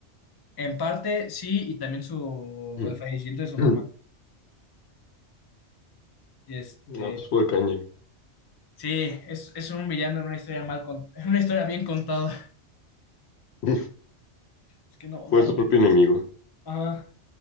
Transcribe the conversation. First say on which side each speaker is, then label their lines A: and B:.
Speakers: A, on the left; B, on the left.
A: En parte sí, y también su
B: Mm.
A: el fallecimiento de su mamá.
B: <clears throat>
A: Y este,
B: Ah, pues fue Kanye.
A: sí, es, es un villano en una historia mal con- en <laughs> una historia bien contada.
B: <laughs>
A: Es que no,
B: Fue
A: Kanye.
B: su propio enemigo.
A: Ajá.